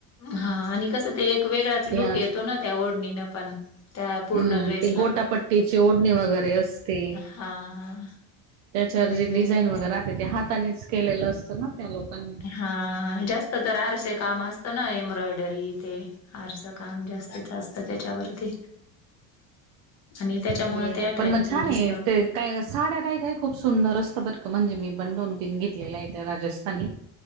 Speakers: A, on the left; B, on the right.
A: हा आणि कसं ते एक वेगळाच
B: ते
A: लुक येतो ना त्या ओढणीनं पण. त्या पूर्ण
B: हम्म
A: ड्रेसला
B: ते गोटापट्टीची ओढणी वगैरे असते
A: हां
B: त्याच्यावर
A: वेगवेगळे
B: जे डिझाईन वगैरेते ते हातानेच केलेलं असतं ना त्या लोकांनी
A: हा जास्त तर आरसे काम असत ना एम्ब्रॉयडरी ते हरं काम जास्तीत जास्त त्याच्यावरती आणि <unintelligible>
B: हम्म
A: ते अट्रॅक्टिव्ह
B: पण मग छान
A: दिसतं.
B: ते काय साड्या काय काय खूप सुंदर असतं बर क म्हणजे मी पण दोन तीन घेतलेल्या आहे त्या राजस्थानी